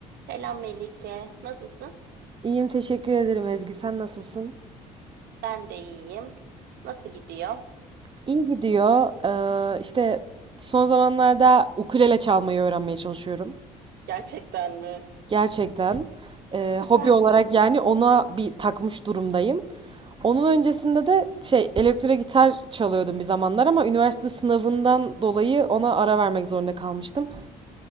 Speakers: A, on the right; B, on the right.
A: Selam Melike. Nasılsın?
B: İyiyim teşekkür ederim Ezgi. Sen nasılsın?
A: Ben de iyiyim. Nasıl gidiyor?
B: İyi gidiyor. Ee, işte son zamanlarda ukulele çalmayı öğrenmeye çalışıyorum.
A: Gerçekten mi?
B: Gerçekten. Ee,
A: Süpersin.
B: hobi olarak yani ona bir takmış durumdayım. Onun öncesinde de şey elektro gitar çalıyordum bir zamanlar ama üniversite sınavından dolayı ona ara vermek zorunda kalmıştım.